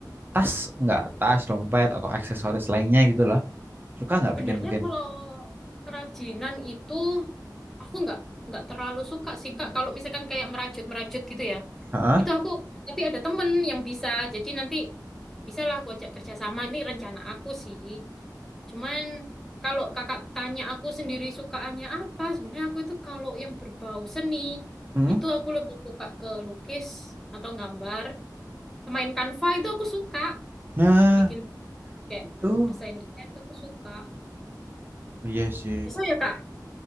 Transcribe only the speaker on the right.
tas nggak tas, dompet atau aksesoris lainnya gitu loh. Suka nggak
bikin-bikin?
Heeh.
Hmm?
Nah,
itu
oh iya sih.